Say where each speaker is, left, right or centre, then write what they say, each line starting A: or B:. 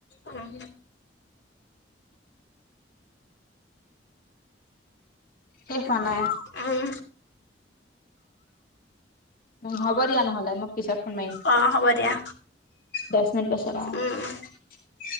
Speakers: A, on the left; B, on the left.
A: উম।
B: কি খোৱা নাই।
A: উম।
B: উম হ'ব দিয়া নহ'লে মই। পিছত ফন মাৰি
A: অ হ'ব দিয়া
B: দহ মিনিট পিছত অ'।
A: উম উম।